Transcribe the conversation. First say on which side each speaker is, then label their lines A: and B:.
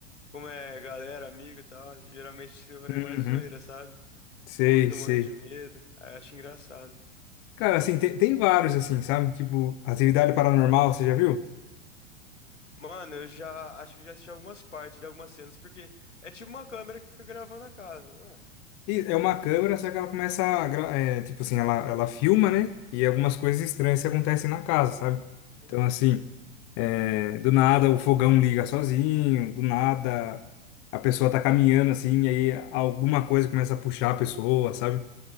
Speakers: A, on the left (about 85°); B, on the left (about 40°).
A: como é galera, amigo e tal, geralmente terror
B: Uhum.
A: é mais zoeira, sabe?
B: Sei,
A: O povo fica
B: sei.
A: morrendo de medo. Aí eu acho engraçado.
B: Cara, assim, tem, tem vários, assim, sabe? Tipo, Atividade Paranormal, você já viu?
A: Mano, eu já acho que já assisti algumas partes, vi algumas cenas, porque é tipo uma câmera que fica gravando a casa, não é?
B: E é uma câmera, só que ela começa a, gra- é, tipo assim, ela, ela filma, né? E algumas coisas estranhas que acontecem na casa, sabe?
A: Uhum.
B: Então, assim, é, do nada o fogão liga sozinho, do nada a pessoa tá caminhando assim, e aí alguma coisa começa a puxar a pessoa, sabe?